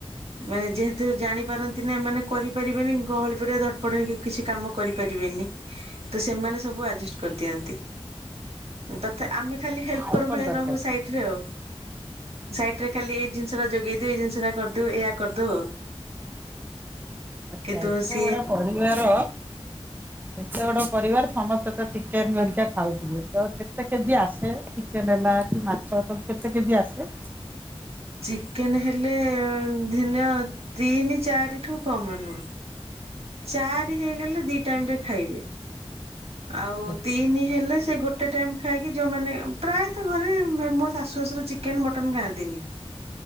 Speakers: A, on the right; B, on the right.
A: ମାନେ ଯେହେତୁ ଜାଣିପାରନ୍ତି ଏମାନେ କରିପାରିବେନି ଗହଳି ଧଡପଡ ହେଇକି କିଛି କାମ କରିପାରିବେନି ତ ସେମାନେ ସବୁ ଅଡଜଷ୍ଟ କରିଦିଅନ୍ତି। ତଥା ଆମେ ଖାଲି ହେଲପର୍
B: ଆଉ କଣ
A: ଭଳିଆ
B: ଦରକାର
A: ରହୁ ସାଇଟରେ ଆଉ। ସାଇଟରେ ଖାଲି ଏଇ ଜିନଷଟା ଯୋଗେଇ ଦିଅ ଏଇ ଜିନିଷଟା କରିଦୋଉ ଏଇଆ କରଦୋଉ ଆଉ
B: ଆଚ୍ଛା
A: କିନ୍ତୁ ସ୍
B: ଏତେ ବଡ଼ ପରିବାର। ଏତେ ବଡ଼ ପରିବାର ସମସ୍ତେ ତ ଚିକେନ ହରିକା ଖାଉଥିବେ ତ କେତେ କେଜି ଆସେ ଚି ଚିକେନ ହେଲା କି ମାଛ ତମ୍ କେତେ କେଜି ଆସେ?
A: ଚିକେନ ହେଲେ ଧିନିଅ ତିନି ଚାରିଠୁ କମ ନୁହଁ। ଚାରି ହେଇଗଲେ ଦି ଟାଇମଟେ ଖାଇବେ। ଆଉ
B: ଆଚ୍ଛା
A: ତିନି ହେଲେ ସେ ଗୋଟେ ଟାଇମ ଖାଇକି ଯୋଉମାନେ ପ୍ରାୟତଃ ଘରେ ମୋ ଶାଶୁ ର ଚିକେନ ମଟନ୍ ଖାଆନ୍ତିନି